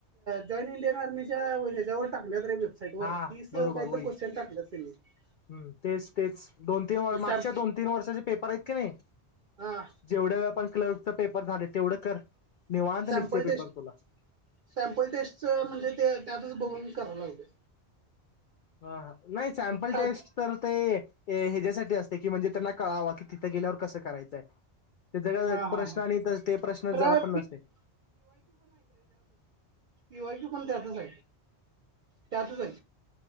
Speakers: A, on the right; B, on the left.
A: जॉईन इंडियन आर्मीच्या ह्याच्यावर टाकले रे वेबसाईट वर
B: हा
A: तीस
B: बरोबर
A: काहीतर
B: वई्
A: क्वेश्चन टाकल्यात त्यांनी
B: हम तेच तेच दोन तीन
A: सॅम
B: मागच्या दोन तीन वर्षाचे पेपर आहेत की नाही
A: हा
B: जेवढ्या वे आपण क्लर्क पेपर झालेत तेवढं कर. निवांत
A: सॅम्पल
B: निघते पेपर
A: टेस्ट
B: तुला
A: सॅम्पल टेस्टचं म्हणजे त्यातच बघून कराय लागलोय.
B: हा नाही सॅम्पल
A: टायप
B: टेस्ट तर ते हेच्यासाठी असते की म्हणजे त्यांना कळावं, की तिथं गेल्यावर कसं करायचंय. ते जग
A: हा
B: प्रश्न
A: हा हा
B: आणि त ते प्रश्न
A: खरं
B: च जरा पण
A: पी
B: नसतय.
A: पिवाय कू पण त्यातच हाईत. त्यातच हाईत.